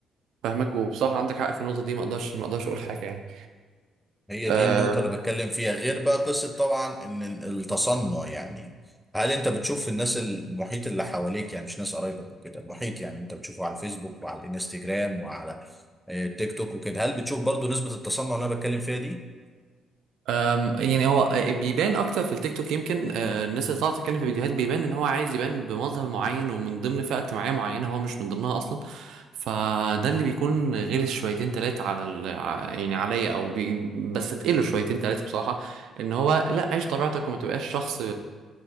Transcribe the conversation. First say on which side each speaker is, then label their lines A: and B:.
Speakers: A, on the right (about 80°); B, in the centre.
A: فاهمك وبصراحه عندك حق في النقطه دي ما اقدرش ما اقدرش اقول حاجه يعني
B: هي
A: أه،
B: دي النقطة اللي بتكلم فيها غير بقى قصة طبعا ان التصنع يعني هل انت بتشوف الناس المحيط اللي حواليك يعني مش ناس قرايبك وكده المحيط يعني انت بتشوفه على الفيسبوك وعلى الانستجرام وعلى آه، التيك توك وكده هل بتشوف برضو نسبة التصنع اللي انا بتكلم فيها دي؟
A: أم، يعني هو بيبان اكتر في التيك توك يمكن أه، الناس اللي طالعه تتكلم في فيديوهات بيبان ان هو عايز يبان بمظهر معين ومن ضمن فئه اجتماعيه معينه هو مش من ضمنها اصلا فده اللي بيكون غلس شويتين تلاتة على ال... ع- يعني عليا او بي... بس تقله شويتين تلاتة بصراحه ان هو لا عيش طبيعتك وما تبقاش شخص